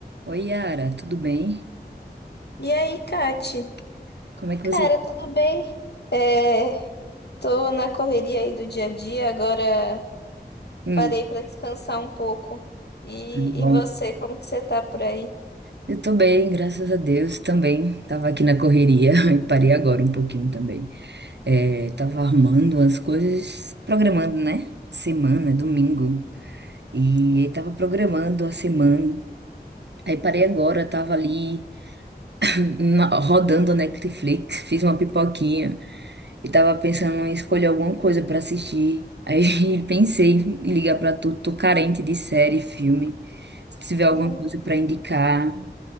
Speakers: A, on the right; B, on the left.
A: Oi, Yara, tudo bem?
B: E aí, Kati?
A: Como é que
B: Cara,
A: você.
B: tudo bem? É, tô na correria aí do dia a dia, agora
A: Hum,
B: parei pra descansar um pouco. E,
A: tudo bom.
B: e você, como que você tá por aí?
A: Eu tô bem, graças a Deus também. Tava aqui na correria <laughs> e parei agora um pouquinho também. É, tava armando as coisas, programando, né? Semana, domingo. E aí tava programando a semana. Aí parei agora, tava ali hum, hum, rodando a Netflix, fiz uma pipoquinha. E tava pensando em escolher alguma coisa pra assistir. Aí <laughs> pensei em ligar pra tu, tô carente de série, filme. Se tiver alguma
B: Hum.
A: coisa pra indicar,